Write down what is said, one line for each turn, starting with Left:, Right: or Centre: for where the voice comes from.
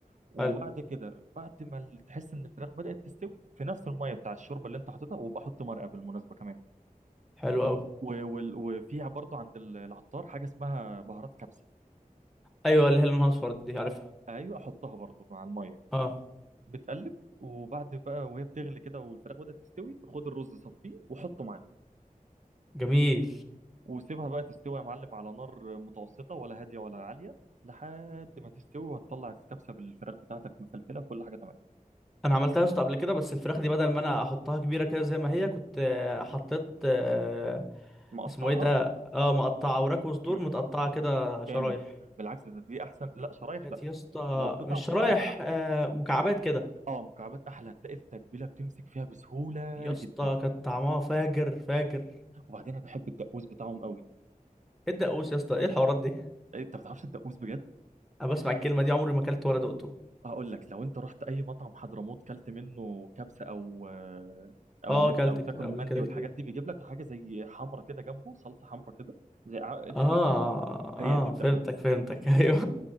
Right: وبعد
Centre: حلو
Right: كده بعد ما ال- تحس ان الفراخ بدأت تستوي في نفس الميه بتاع الشوربه اللي انت حاططها وابقى حط مرقه بالمناسبه كمان
Centre: حلو قوي
Right: و- وال- وفيها برضو عند ال- العطار حاجة اسمها بهارات كبسة
Centre: ايوه اللي هي لونها اصفر دي عارفها
Right: أيوة أحطها برضو مع المية
Centre: اه
Right: بتقلب وبعد بقى وهي بتغلي كده والفراخ بدأت تستوي خد الرز صفيه وحطه معاهم
Centre: جميل
Right: وسيبها بقى تستوي يا معلم على نار متوسطة ولا هادية ولا عالية لحد ما تستوي وهتطلع الكبسة بالفراخ بتاعتك مفلفلة كل حاجة تمام
Centre: انا عملتها يا اسطى قبل كده بس الفراخ دي بدل ما انا احطها كبيره كده زي ما هي كنت آه، حطيت آه،
Right: مقطعها
Centre: اسمه ايه ده اه مقطعه وراك وصدور
Right: مم.
Centre: متقطعه كده شرايح
Right: جامد بالعكس ده دي أحسن لا شرايح
Centre: كانت
Right: لا
Centre: يا اسطى
Right: لو قطع
Centre: مش
Right: صغيرة
Centre: شرايح
Right: أحلى
Centre: آه مكعبات كده
Right: اه مكعبات أحلى هتلاقي التتبيلة بتمسك فيها بسهولة
Centre: يا اسطى
Right: جدا
Centre: كانت طعمها فاجر فاجر
Right: وبعدين أنا بحب الدقوس بتاعهم قوي
Centre: ايه الدقوس يا اسطى ايه الحوارات دي
Right: إيه، انت ما بتعرفش الدقوس بجد
Centre: انا بسمع الكلمه دي عمري ما اكلت ولا دقته
Right: هقول لك لو انت رحت اي مطعم حضرموت كلت منه كبسه او آه، او
Centre: اه
Right: إن
Centre: اكلت
Right: أنت- او تاكل
Centre: كت- قبل
Right: مندي
Centre: كده
Right: والحاجات
Centre: كتير
Right: دي بيجيب لك حاجه زي حمرة كده جنبه صلصه حمرة كده زي ع- انت
Centre: اه
Right: ف...
Centre: اه
Right: هي دي الدقوس
Centre: فهمتك فهمتك <laughs> ايوه